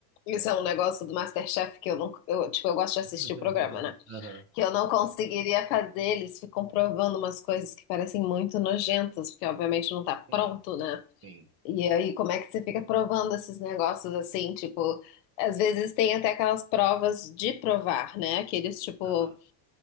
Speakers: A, on the left; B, on the right.
A: isso é um negócio do MasterChef que eu não, eu, tipo, eu gosto de assistir
B: <laughs>
A: o programa, né?
B: Aham,
A: Que eu não conseguiria fazer, eles ficam provando umas coisas que parecem muito nojentas, porque obviamente não tá pronto,
B: Sim,
A: né?
B: sim.
A: E aí, como é que você fica provando esses negócios assim, tipo, às vezes tem até aquelas provas de provar, né? Aqueles, tipo,
B: Aham.